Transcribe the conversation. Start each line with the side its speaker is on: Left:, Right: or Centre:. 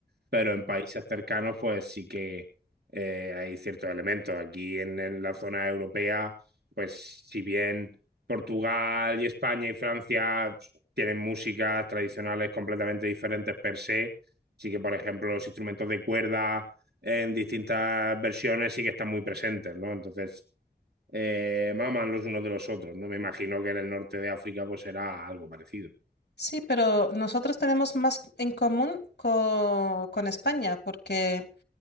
Right: pero en países cercanos, pues sí que eh, hay ciertos elementos. Aquí en, en la zona europea, pues si bien Portugal y España y Francia tienen músicas tradicionales completamente diferentes per se, sí que, por ejemplo, los instrumentos de cuerda en distintas versiones sí que están muy presentes, ¿no? Entonces, eh, maman los unos de los otros, ¿no? Me imagino que en el norte de África pues será algo parecido.
Left: Sí, pero nosotros tenemos más en común co- con España, porque